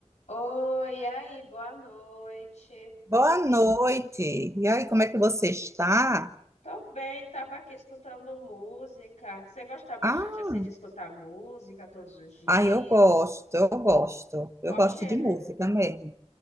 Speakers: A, on the left; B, on the right.
A: Oi, e aí, boa noite.
B: Boa noite. E aí, como é que você está?
A: Tô bem, tava aqui escutando música. Você gosta bastante
B: Ah,
A: assim de escutar música todos os dias?
B: ah, eu gosto, eu gosto.
A: Qual
B: Eu gosto
A: gênero?
B: de música mesmo.